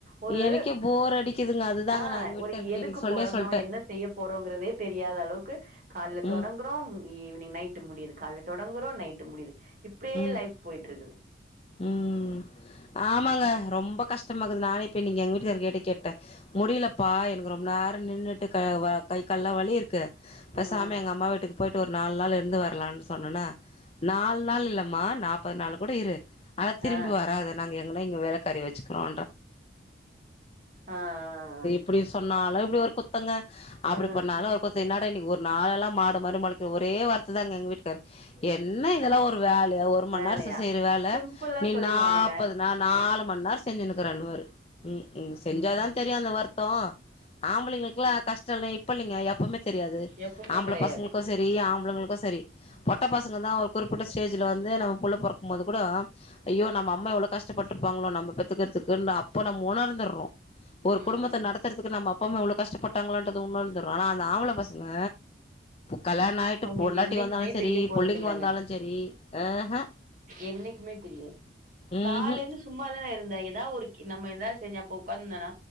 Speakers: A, on the right; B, on the left.
A: ஒரு
B: எனக்கே போர் அடிக்குதுங்க அதுதாங்க
A: ஆ
B: நா எங்க வீட்டுக்கார்கிட்ட
A: ஒரு எதுக்கு
B: இன்னைக்கு சொல்லே
A: பொறந்தோ
B: சொல்ட்டே
A: என்ன செய்ய போறோங்கறதே தெரியாத அளவுக்கு கால்ல
B: ம்
A: தொடங் குறோ ஈவ்னிங் நைட் முடியுது கால்ல தொடங்குறோ நைட் முடியிது இப்டியே
B: ம்
A: லைப் போய்ட்ருக்குது
B: ம் ஆமாங்க ரொம்ப கஷ்டமாக்குது நானே இப்ப நீங்க எங்க வீட்டுக்கார கிட்ட கேட்டே முடியலப்பா எனக்கு ரொம்ப நேர நின்னுட்டு க வ கை கால்லா வலி இருக் கு பெசாம
A: ம்
B: எங்க அம்மா வீட்டுக்கு போயிட்டு ஒரு நாலு நாள் இருந்து வரலான்னு சொன்னேனா நாலு நாள் இல்லம்மா நாப்பது நாள் கூட இரு ஆனா திரும்பி
A: ஆ
B: வராது நாங்க எங்கன்னா இங்க வேலைக்காரி வச்சுக்கறோ
A: ஆ ஆ
B: அப்டி சொன்னாலு இப்டி ஒரு குத்தங்க அப்டி
A: ஆ ஆ
B: பண்ணாலு ஒரு குத்த எனா இன்னைக்கு ஒரு நாலெல்லா மாடு மாரி மழிக்க ஒரே வார்த்த தாங்க எங்க வீட்டுக்காரு என்ன இதெல்லா ஒரு வேலயா ஒரு மண்
A: வேலையா
B: நேர செய்யற வேல
A: சிம்பிளா
B: நீ
A: சொல்லிருவாங்கங்க
B: நாப்பது நா நாலு மண் நேரோ செஞ்சுன்னுக்கிறேன்ன வாரு ம் ம் செஞ்சாதா தெரியு அந்த வருத்தோ ஆம்பளைங்களுக்குல்லா கஷ்ட இல்ல இப்ப இல்லங்க எப்பவுமே தெரியாது
A: எப்பவுமே
B: ஆம்பள
A: கெடையாது
B: பசங்களுக்கு சரி சரி ஆம்பளங்களுக்கு சரி பொட்டை பசங்க தா ஒரு குறிப்பிட்ட ஸ்டேஜல வந்து நம்ம புள்ள பொறக்கும் போது கூட ஐயோ நம்ம அம்மா எவ்ளோ கடப்பட்ருப்பாங்களோ நம்ம பெத் துகிறதுக்கு அப்ப நம்ம உணர்ந்துறோ ஒரு
A: ம்
B: குடும்பத்த நடத்துறதுக்கு நம்ம அப் பாம்மா இவ்ளோ கஸ்டப்பட்டாங்களன்றது ஒனந்துரோ ஆனா இந்த ஆம்பள பசங்க கல்யாண ஆயிட்டு
A: அவங்களுக்கு
B: பொண்டாட்டி
A: என்னைக்குமே
B: வந்தாலு சரி
A: தெரிய போறது
B: புள்ளைங்க
A: இல்லங்க
B: வந்தாலு சரி ஆஹா
A: என்னைக்குமே தெரியாது
B: ம்ஹூம்
A: காலன்னு சும்மாதானே இருந்தா ஏதாவது ஒரு கி நம்ம ஏதாவது செஞ்ச அப்போ உக்காந்துந்தனா